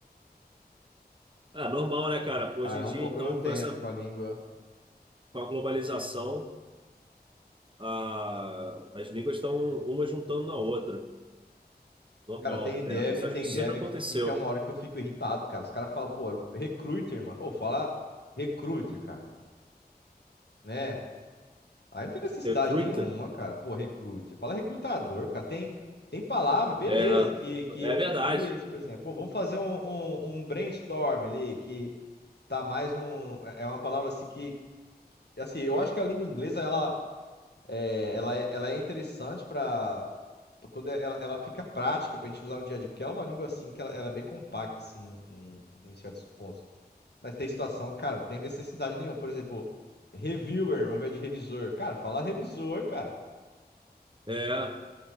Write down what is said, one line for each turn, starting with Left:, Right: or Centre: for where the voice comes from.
Right: É normal, né, cara?
Left: Parar
Right: Hoje em dia,
Left: um pouco
Right: então,
Left: no tempo
Right: com essa,
Left: com a língua.
Right: com a globalização, a, as línguas estão uma juntando na outra. Normal,
Left: Cara, tem dev,
Right: né? Isso,
Left: tem
Right: acho que isso
Left: dev
Right: sempre aconteceu.
Left: que, que tem uma hora que eu fico irritado, cara. Os caras falam, pô, recruiter, mano. Ou fala recruiter, cara, né? Aí não tem necessidade
Right: Recruta,
Left: nenhuma, cara. Pô, recrute. Fala recrutador, cara. Tem, tem palavra, beleza,
Right: é,
Left: que, que
Right: é
Left: é
Right: verdade.
Left: difícil, por exemplo. Pô, vamos fazer um, um, um brainstorm ali, que tá mais num. É é uma palavra assim que. Assim, eu acho que a língua inglesa, ela é, ela é, ela é interessante pra. pra Quando ela, ela fica prática pra gente usar no dia a dia, porque ela é uma língua assim que ela, ela é bem compacta, assim, em, em certos pontos. Mas tem situação, cara, tem necessidade nenhuma. Por exemplo, reviewer ao invés de revisor. Cara, fala revisor, cara.
Right: É,